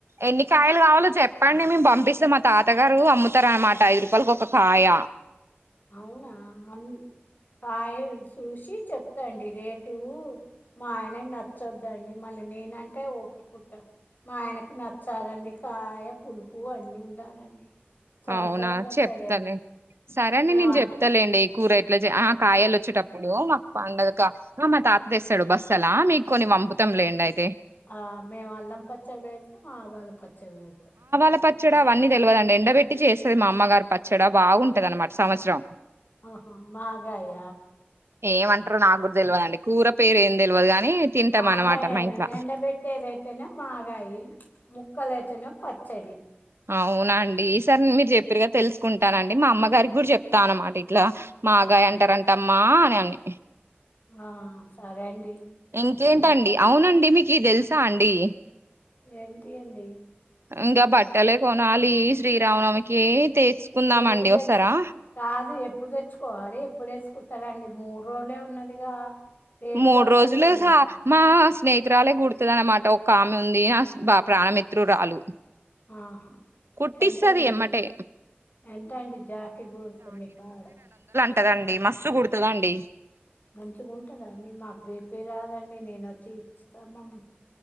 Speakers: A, on the right (about 90°); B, on the left (about 50°).
A: ఎన్ని కాయలు కావాలో చెప్పండి మేం పంపిస్తే, మా తాతగారు అమ్ముతారన్నమాట. ఐదు రూపాయలకి ఒక కాయ
B: అవునా! అన్ కాయ చూసి చెప్తాండి. రేటు మా ఆయనకు నచ్చొద్దండి. మళ్ళీ నేనంటే, ఒప్పుకుంటా మా ఆయనకు నచ్చాలండి. కాయ పులుపు అన్నీ ఉండాలండి. సంవత్సరం
A: అవునా!
B: పచ్చడి
A: చెప్తలే.
B: అండి
A: సరే. అండీ
B: మేము
A: నేను
B: అల్
A: చెప్తాలేండి. ఈ కూర ఎట్ల చేయ? ఆ కాయలు వచ్చేటప్పుడు మాక్ పండగ ఆ మా తాత తెస్తాడు. బస్తాలా, మీక్ కొన్ని పంపుతం లేండి. అయి
B: ఆ మేము అల్లం పచ్చడి పెడతాం. ఆవాల పచ్ చ్చడి పెడతా.
A: ల పచ్చడి అవన్నీ తెల్వదండి. ఎండబెట్టి చేస్తది మా అమ్మగారు పచ్చడ బాగుంటది అన్నమాట సంవత్సరం.
B: ఆహా, మాగాయ?
A: ఏమంటరో నాక్కూడా తెల్వదండి. కూర పేరు ఏం తెలవదు గాని తింటాం
B: మాగాయని,
A: అనమాట మా ఇంట్ల
B: ఎండబెట్టేదైతేనే మాగాయి. ముక్ క్కలు అయితేనే పచ్చడి.
A: అవునండి. ఈ సరి మీరు చెప్పిర్ గా తెలుసుకుంటానండి. మా అమ్మగారికి కూడా చెప్తా అనమాట. ఇట్లా, మాగాయ్
B: ఆ
A: అంటారంటమ్మా మ్యాని
B: ఆ సరే అండి
A: ఇంకేంటండి
B: ఇంకా
A: అవునండి మీకు ఇది తెలుసా అండి
B: ఏంటి అండి
A: ఇంకా బట్టలే కొనాలి శ్రీరామనవమికి తెచ్చుకుందామండి
B: ఇంగ ఎప్పుడు
A: వస్తారా
B: తెచ్చుకో కాదు ఎప్ ఎప్పుడు తెచ్చుకోవాలి ఎప్పుడు వేసుకుంటారండి మూడు రోజులే ఉన్నదిగా రేపు
A: మూడు
B: కాకుండా
A: రోజులుస
B: ఎల్లు
A: మా స్నేహితురాలే కూడతాది అన్నమాట ఒక ఆమె ఉంది నా ప్రాణమిత్రురాలు
B: ఆహా
A: కుట్టిస్తది
B: ఎంతండి
A: ఎమ్మటే
B: ఎంతండి జాకెట్ కూడితే మీ కాడ
A: కూడతదండి మస్త్ కుడుతదండి
B: మంచిగా ఉంటద అండి మాకు చుపియా రాదండి నేను వచ్చి స్థమమ్